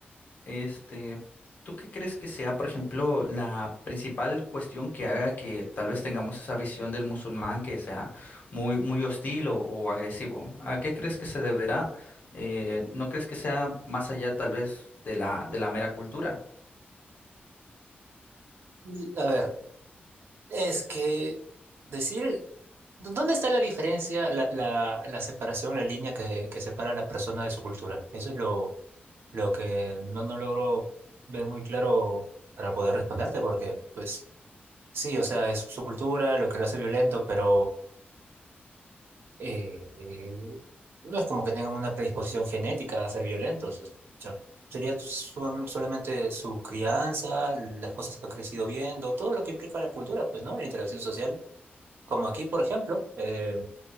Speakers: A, on the left; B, on the right.
A: Este, ¿tú qué crees que sea, por ejemplo, la principal cuestión que haga que tal vez tengamos esa visión del musulmán que sea muy, muy hostil o, o agresivo? ¿A qué crees que se deberá? Eh, ¿no crees que sea más allá tal vez de la, de la mera cultura?
B: Mm, A ver, es que decir, ¿dónde está la diferencia, la, la, la separación, la línea que, que separa a la persona de su cultura? Eso es lo, lo que no, no logro ver muy claro para poder responderte, porque pues sí, o sea, es su cultura, lo que lo hace violento, pero... eh, eh, no es como que tengan una predisposición genética a ser violentos. O sea, sería su- solamente su crianza, las cosas que ha crecido viendo, todo lo que implica la cultura, pues, ¿no? La interacción social. Como aquí, por ejemplo, eh,